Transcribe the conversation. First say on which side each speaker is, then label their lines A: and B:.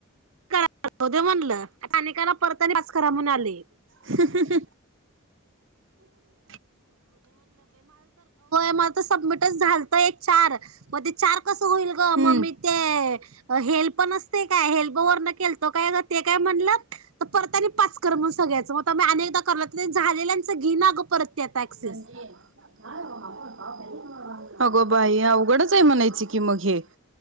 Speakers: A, on the right (about 85°); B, on the right (about 65°).
A: करा दे म्हणलंत्, अनेकांना परतानी पास करा म्हणून आलय.
B: <unintelligible>
A: मल त सबमिटच झालतं एक चार. म ते चार कसं होईल गं,
B: हम्म
A: म मी ते हेल्प नसते काय हेल्प वरनं केलतो काय गं ते काय म्हणल्यात परत आणि पाच कर म सगळ्यांचं, म आता मी अनेकदा करते झालेल्यांचं ईनागं परत. ते आता ऍक्सेस.
B: संजय <unintelligible> अगो बाई अवघडच हाय म्हणायचं की मग हे.